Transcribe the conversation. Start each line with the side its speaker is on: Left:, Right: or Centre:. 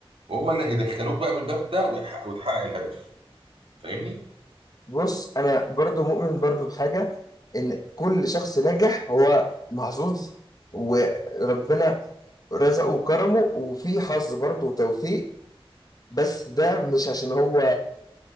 Right: هم اللي هيدخلوك بقى من الباب ده ويح- وتحقق الهدف فاهمني
Left: بص انا برضو مؤمن برضو بحاجه ان كل شخص ناجح هو محظوظ وربنا رزقه وكرمه وفي حظ برضه وتوفيق بس ده مش عشان هو